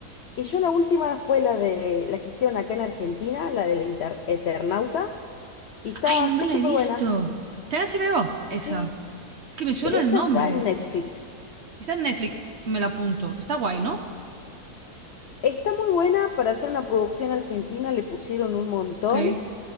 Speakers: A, on the left; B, on the right.
A: Y yo la última fue la de la que hicieron acá en Argentina, la del Inter- Eternauta, y está,
B: Ay, no
A: está
B: me la
A: súper
B: he visto.
A: buena.
B: ¿Está en HBO? Esa.
A: Sí,
B: Es que me suena
A: esa
B: el nombre.
A: está en Netflix.
B: Está en Netflix. Me la apunto. Está guay, ¿no?
A: Está muy buena para hacer una producción argentina, le pusieron un montón.
B: Ok.